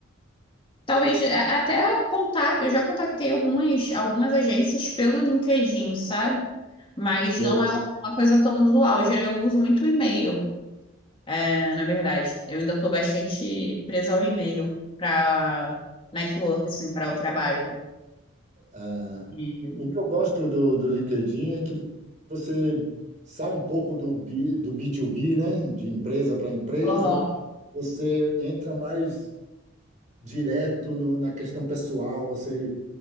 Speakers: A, on the left; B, on the right.
A: talvez até contar, eu já contactei algumas, algumas agências pelo LinkedIn, sabe? Mas
B: você-
A: não é uma uma coisa tão usual. Geral, Eu uso muito e-mail, é, na verdade. Eu ainda estou bastante presa ao e-mail para network, assim, para o trabalho.
B: é.
A: E-
B: o que eu gosto do, do LinkedIn é que você sai um pouco do, B, do B2B, né? De empresa para empresa,
A: Uhum.
B: você entra mais direto no- na questão pessoal, você